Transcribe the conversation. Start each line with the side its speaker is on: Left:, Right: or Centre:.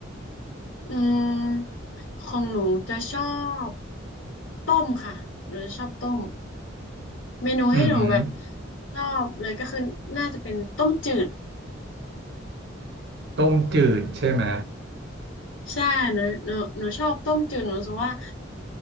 Left: อืมของหนูจะชอบต้มค่ะหนูจะชอบต้มเมนูให้หนูแบบ
Right: อือหือ
Left: ชอบเลยก็คือน่าจะเป็นต้มจืด
Right: ต้มจืดใช่ไหม
Left: ใช่หนูหนูหนูชอบต้มจืดหนูรู้สึกว่า